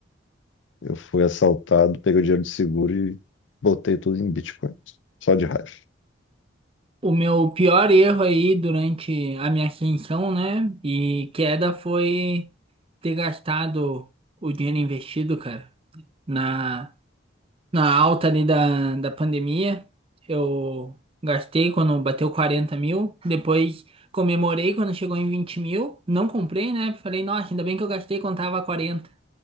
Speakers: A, on the left; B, on the right.
A: Eu fui assaltado, peguei o dinheiro do seguro e botei tudo em Bitcoin. Só de raiva.
B: O meu pior erro aí durante a minha ascensão, né? E queda foi ter gastado o dinheiro investido, cara. Na, na alta ali da, da pandemia, eu gastei quando bateu 40 mil. Depois comemorei quando chegou em 20 mil. Não comprei, né? Falei, nossa, ainda bem que eu gastei quando tava 40.